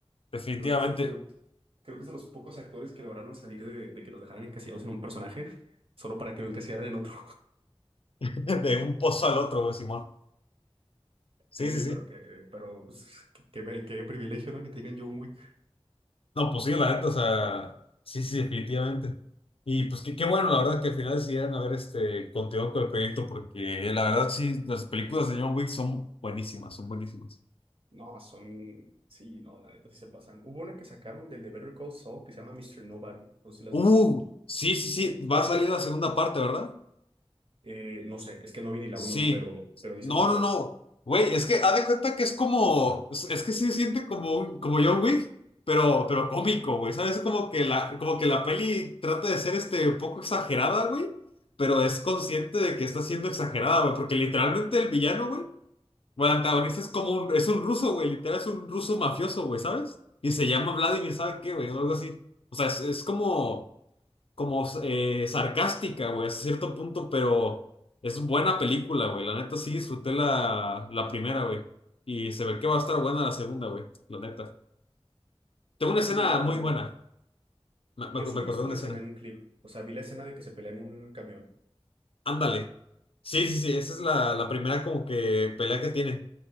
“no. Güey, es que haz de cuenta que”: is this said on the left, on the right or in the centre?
Left